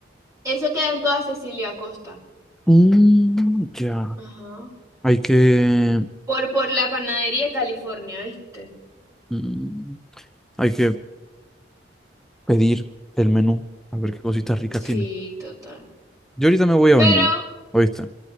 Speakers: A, on the right (about 20°); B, in the centre.
A: eso queda en toda Cecilia Costa.
B: Mm, ya.
A: Ajá.
B: Hay que,
A: Por, por la panadería California, ¿viste?
B: mm, hay que pedir el menú a ver qué cositas ricas
A: Sí,
B: tiene.
A: total.
B: Yo ahorita me voy a bañar,
A: Pero,
B: ¿oíste?